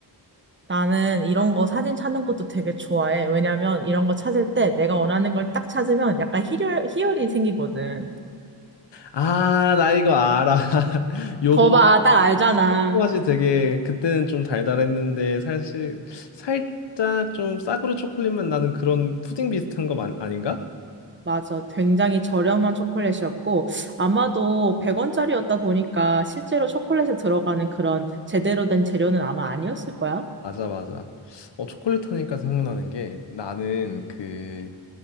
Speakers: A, on the right; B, on the left.
A: 나는 이런 거 사진 찾는 것도 되게 좋아해. 왜냐면 이런 거 찾을 때 내가 원하는 걸 딱 찾으면 약간 희열, 희열이 생기거든.
B: 아, 나 이거 알아. <laughs> 요거
A: 거 봐, 딱 알잖아.
B: 초코맛이 되게 그때는 좀 달달했는데 사실 살짝 좀 싸구려 초콜릿만 나는 그런 푸딩 비슷한 거 마- 아닌가?
A: 맞아. 굉장히 저렴한 초콜릿이었고, 아마도 100원짜리였다 보니까 실제로 초콜릿에 들어가는 그런 제대로 된 재료는 아마 아니었을 거야.
B: 맞아 맞아. 어 초콜릿 하니까 생각나는 게 나는 그